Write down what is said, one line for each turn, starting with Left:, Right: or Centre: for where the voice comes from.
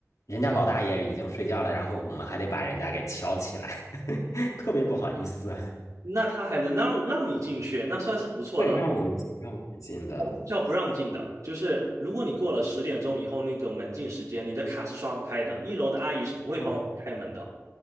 Left: 人家老大爷已经睡觉了，然后我们还得把人家给敲起来，<laughs> 特别不好意思。<laughs>
Right: 那他还能让让你进去，那算是不错的。
Left: 对，让我们进，让我们进的。
Right: 我们学校不让进的，就是如果你过了十点钟以后那个门禁时间，你的卡是刷不开的，一楼的阿姨是不会帮我们开门的。
Left: 嗯